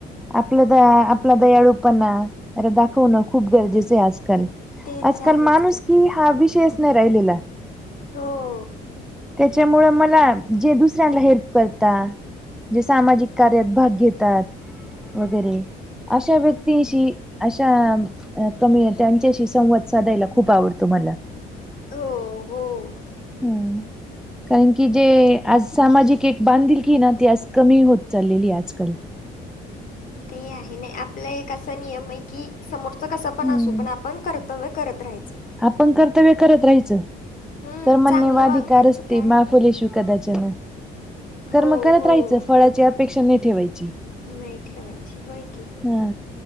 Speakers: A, in the centre; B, on the left (about 55°).
A: आपल द आपला दयाळूपणा अर दाखवणं खूप गरजेच आहे आज काल
B: ते
A: आजकाल
B: तर आहेच
A: माणूस की हा विषयच नाही राहिलेला.
B: हो.
A: तेच्यामुळं मला जे दुसऱ्यांना हेल्प करता जी सामाजिक कार्यात भाग घेतात वगैरे अशा व्यक्तींशी अशा अ कमी त्यांच्याशी संवाद साधायला खूप आवडतो मला.
B: हो. हो
A: हम्म कारण की जे आज सामाजिक एक बांधील की हे ना ती आज कमी होत चाललेली आजकाल.
B: ते आहे नाही आपलं एक असा नियम आहे की समोरचा कसा पण
A: हम्म
B: असो पण आपण करत तव्य करत राहायचं.
A: आपण कर्तव्य करत राहायचं
B: हम्म
A: कर म्हण्य,
B: चांगलं
A: वादीका,
B: वागायचं
A: रस्ते,
B: काय
A: माफुलेशु कदा चन कर्म
B: हो
A: करत
B: हो
A: राहायचं फळाची अपेक्षा नाही ठेवायची.
B: नाही ठेवायची होय की.
A: हा